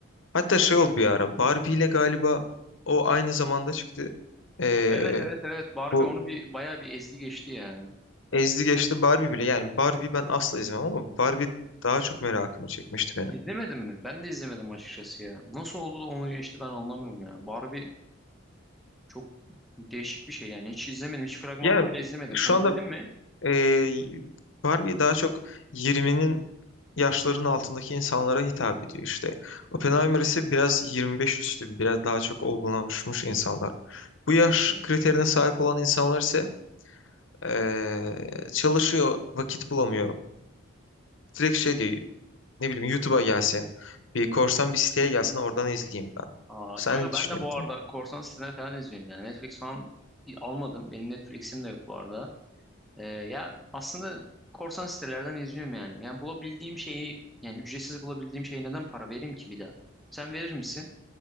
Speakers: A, on the left; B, in the centre.
A: Hatta şey oldu bir ara. Barbie ile galiba o aynı zamanda çıktı. Ee,
B: Evet evet evet Barbie
A: bu
B: onu bir bayağı bir ezdi geçti ya.
A: ezdi geçti Barbie bile. Yani Barbie ben asla izlemem ama Barbie daha çok merakımı çekmişti benim.
B: İzlemedin mi? Ben de izlemedim açıkçası ya. Nasıl oldu da onu geçti ben anlamıyorum ya. Barbie çok Değişik bir şey yani. Hiç izlemedim. Hiç fragmanını
A: Yani
B: bile izlemedim.
A: şu
B: Sen izledin
A: anda
B: mi?
A: ee, Barbie daha çok 20'nin yaşların altındaki insanlara hitap ediyor işte. Oppenheimer ise biraz 25 üstü, biraz daha çok olgunlaşmış insanlar. Bu yaş
B: Hmm.
A: kriterine sahip olan insanlar ise ee, çalışıyor, vakit bulamıyor. Direkt şey diyor. Ne bileyim YouTube'a gelsin. Bir korsan bir siteye gelsin oradan izleyeyim ben.
B: Aa,
A: Sen
B: kanka
A: ne
B: ben
A: düşünüyorsun?
B: de bu arada korsan siteden falan izliyorum yani. Netflix falan almadım. Benim Netflix'im de yok bu arada. Ee, ya aslında korsan sitelerden izliyorum yani. Yani bulabildiğim şeyi yani ücretsiz bulabildiğim şeye neden para vereyim ki bir daha? Sen verir misin?